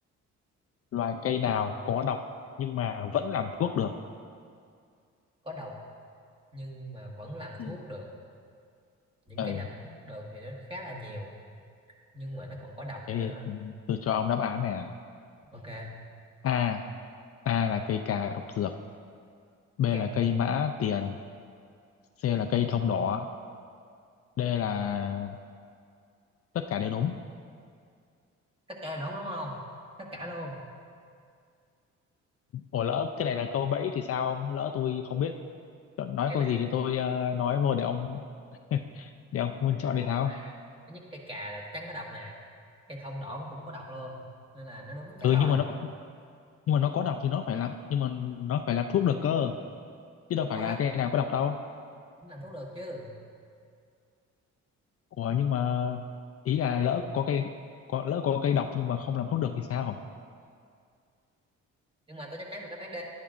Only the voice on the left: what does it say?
loài cây nào có độc nhưng mà vẫn làm thuốc được?
Ừ.
Ừ,
thế
thì
ừ, tôi cho ông đáp án nè.
A. A là cây cà độc dược. B là
cây
mã tiền C là cây thông đỏ D là tất cả đều đúng
ủa lỡ cái này là câu bẫy thì sao ông lỡ tôi không biết chọn nói
câu
gì thì tôi ờ, nói vô để ông <laughs> để ông Phương chọn
thì
sao
ừ
nhưng mà nó nhưng mà nó có độc thì nó phải làm nhưng mà nó phải làm thuốc được cơ chứ
đâu phải
là
cây nào có độc đâu
ủa nhưng mà ý là lỡ có cây có lỡ có cây độc nhưng mà không làm thuốc được thì sao